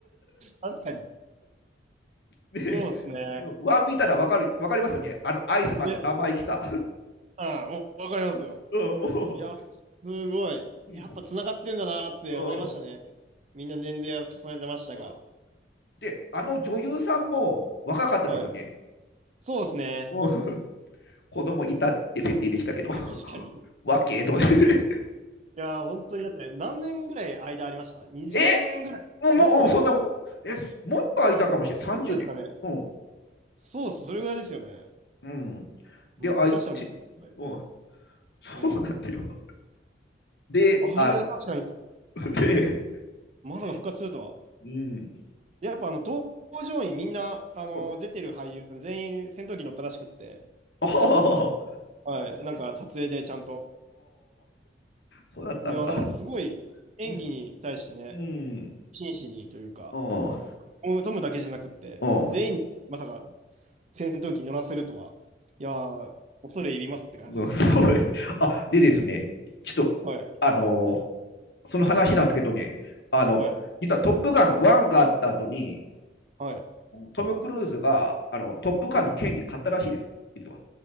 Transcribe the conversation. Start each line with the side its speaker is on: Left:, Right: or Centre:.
Right: 確か
Left: で、
Right: そうですね。
Left: うんワン見たらわかる、わかりますよね。あのアイスマンの生意気さ。
Right: え、あ、わわかりますよ。
Left: うん、も
Right: いや、すごい。
Left: う、
Right: やっぱ繋がってんだなって思いましたね。
Left: うん、うん、
Right: みんな年齢は重ねてましたが。
Left: うん。で、あの女優さんも若かったですよね。
Right: はい。そうですね。
Left: うん子供いたって設定でしたけど、
Right: <laughs> 確かに。
Left: <laughs>
Right: い
Left: わけど、ね、
Right: や、本当にだって何年ぐらい間ありました
Left: <laughs>
Right: ?20
Left: え、
Right: 年ぐらい。
Left: もう、
Right: もっとですかね。
Left: うんそんなもん、え、もっと空いたかもしれない、30年。
Right: もっとですかね。
Left: うん。
Right: そうです。それぐらいですよね。
Left: うん。で、
Right: うん、
Left: 空いて、
Right: 下手したらもっと。はい
Left: うん、そうなんだよ。
Right: うん。
Left: で、
Right: あれ、
Left: あの、
Right: 確かに、
Left: で、
Right: まさか復活するとは。
Left: うん。
Right: やっぱあの、搭乗員みんな、あの、
Left: うん
Right: 出てる俳優さん全員戦闘機乗ったらしくって。
Left: ああ、
Right: はい、なんか撮影でちゃんと。
Left: そうだったんだ。
Right: いや、だからすごい演技に対してね、
Left: うん、うん、
Right: 真摯にというか、
Left: う
Right: トムトムだけじゃなくって、
Left: ん、
Right: 全員にまさか戦闘機乗らせるとは、いやー、恐れ入りますって感じですよね、
Left: うんそうです。
Right: ほんと
Left: あ、でですね、ちょっと、
Right: はい、
Left: あのーその話なんですけどね、あの、
Right: はい、
Left: 実はトップガン1があった後に、
Right: はい。
Left: トム・クルーズがあのトップガンの権利買ったらしいですよ、
Right: うん。
Left: 実は。